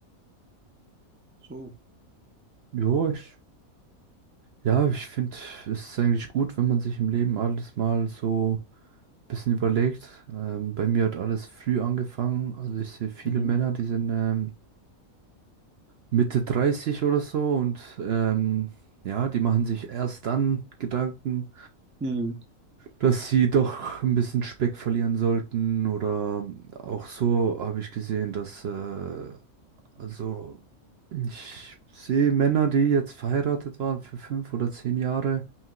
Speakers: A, on the right; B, on the right.
A: So.
B: Ja, ich, ja, ich finde, es ist eigentlich gut, wenn man sich im Leben alles mal so bisschen überlegt. Ähm, bei mir hat alles früh angefangen. Also ich sehe viele
A: Mhm.
B: Männer, die sind ähm, Mitte 30 oder so und ähm, ja, die machen sich erst dann Gedanken,
A: Mhm.
B: dass sie doch ein bisschen Speck verlieren sollten oder auch so habe ich gesehen, dass äh, also ich sehe Männer, die jetzt verheiratet waren für fünf oder zehn Jahre.